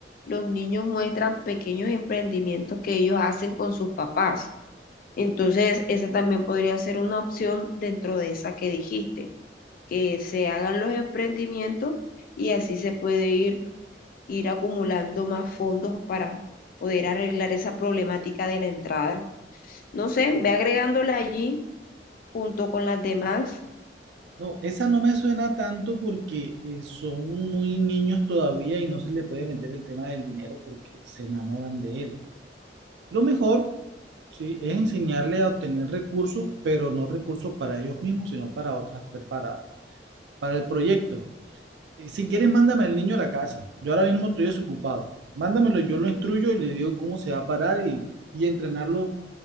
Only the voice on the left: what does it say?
los niños muestran pequeños emprendimientos que ellos hacen con sus papás. Entonces, esa también podría ser una opción dentro de esa que dijiste, que se hagan los emprendimientos y así se puede ir, ir acumulando más fondos para poder arreglar esa problemática de la entrada. No sé, ve agregándola allí junto con las demás.